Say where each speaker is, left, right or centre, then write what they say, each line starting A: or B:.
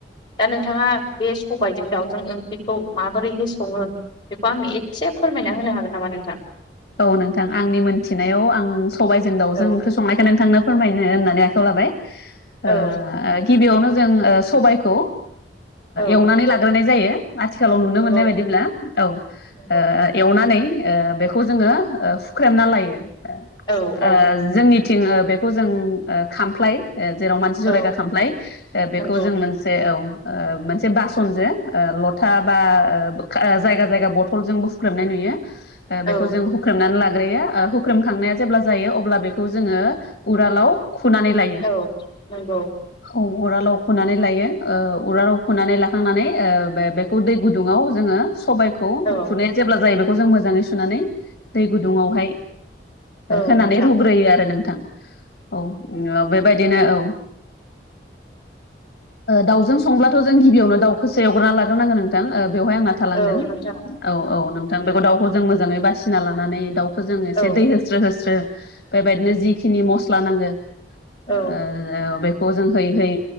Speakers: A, on the left (about 25°); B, on the left (about 60°).
A: दा नोंथाङा बे सबाइजों दाउ जों ओंख्रिखौ माबोरैहाय सङो बेखौ आंनो एदसे फोरमायना होनो हागोन नामा नोंथां?
B: औ नोंथां आंनि मोनथिनायाव आं सबायजों दाउजों
A: औ
B: ओंख्रि संनायखो नोंथांनो फोरमायनो होननानै आ खाव लाबाय
A: औ
B: ओ गिबियावनो जों ओ सबायखौ ओ
A: औ
B: एवनानै लाग्रोनाय जायो। आथिखालाव नुनो
A: नंगौ
B: मोननाय बायदिब्ला औ ओ
A: नंगौ
B: एवनानै ओ बेख खौ जोङो ओ हुख्रेमना लायो ओ
A: औ औ
B: ओ जोंनि थिं ओ बेखौ जों ओ खामफ्लाय ओ जेराव मानसि जरायगा
A: औ
B: खामफ्लाय ओ बेखौ
A: नंगौ
B: जों मोनसे औ ओ मोनसे बासनजो ओ लथा बा ओ बोखा जायगा जायगा बथलजोंबो हुख्रेमनाय नुयो ओ
A: औ
B: बेखौ जों हुख्रेमनान ला ग्रोयो ओ हुख्रेमखांनाया जेब्ला जायो अब्ला बेखौ जोङो उरालाव खुनानै लायो
A: औ नोंगौ।
B: औ उरालाव खुनानै लायो ओ उरालाव खुनानै लाखांनानै ओ बे बेखौ दै गुदुङाव जोङो सु सबायखौ
A: औ
B: खुनाया जेब्ला जायो बेखौ जों मोजाङै सुनानै दै गुदुङावहाय ओ
A: औ
B: होनानै
A: नोंथां
B: रुग्रोयो आरो नोंथां औ। ओ बेबायदिनो औ <inaudible> ओ दाउजों संब्लाथ' जों गिबियावनो दाउखोसो एवग्रोना लाग्रोनांगो नोंथां। ओ बेवहाय आंना थालांदों
A: औ नोंथां
B: औ औ नोंथां बेखौ दाउखौ जों मोजाङै बासिना लानानै दाउ खौ जोङो एसे
A: औ
B: दै होस्रो होस्रो बेबायदिनो जिखिनि मस्ला नांगो ओ
A: औ
B: बेखौ जों होय होय